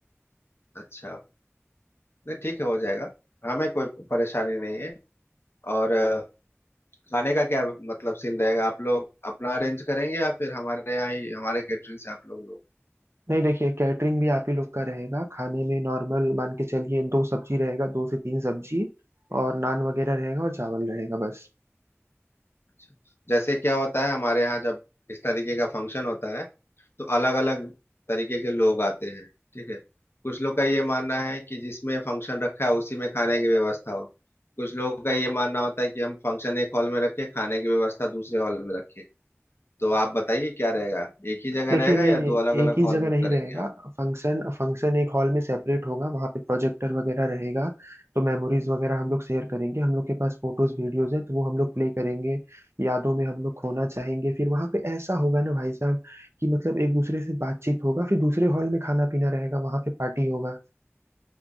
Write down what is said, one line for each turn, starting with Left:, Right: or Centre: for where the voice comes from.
Left: अच्छा नहीं ठीक है हो जाएगा हमें कोई परेशानी नहीं है और अ, खाने का क्या मतलब सीन रहेगा आप लोग अपना अरेंज करेंगे या फिर हमारे यहाँ ही हमारे कैटरिंग से आप लोग लोग
Right: नहीं देखिए कैटरिंग भी आप ही लोग का रहेगा खाने में नॉर्मल मान के चलिए दो सब्जी रहेगा दो से तीन सब्जी और नान वगैरह रहेगा और चावल रहेगा बस
Left: अच्छा। जैसे क्या होता है हमारे यहाँ जब इस तरीके का फंक्शन होता है तो अलग अलग तरीके के लोग आते हैं ठीक है कुछ लोग का ये मानना है कि जिसमें फंक्शन रखा है उसी में खाने की व्यवस्था हो कुछ लोगों का ये मानना होता है कि हम फंक्शन एक हॉल में रखें खाने की व्यवस्था दूसरे हॉल में रखें तो आप बताइए क्या रहेगा एक ही जगह
Right: देखिए
Left: रहेगा
Right: नहीं
Left: या
Right: नहीं
Left: दो अलग
Right: एक
Left: अलग
Right: ही
Left: हॉल
Right: जगह
Left: बुक
Right: नहीं
Left: करेंगे
Right: रहेगा
Left: आप
Right: फंक्शन फंक्शन एक हॉल में सेपरेट होगा वहाँ पे प्रोजेक्टर वगैरह रहेगा तो मेमोरीज वगैरह हम लोग शेयर करेंगे हम लोग के पास फोटोज वीडियोज हैं तो वो हम लोग प्ले करेंगे यादों में हम लोग खोना चाहेंगे फिर वहाँ पे ऐसा होगा ना भाई साहब कि मतलब एक दूसरे से बातचीत होगा फिर दूसरे हॉल में खाना पीना रहेगा वहाँ पे पार्टी होगा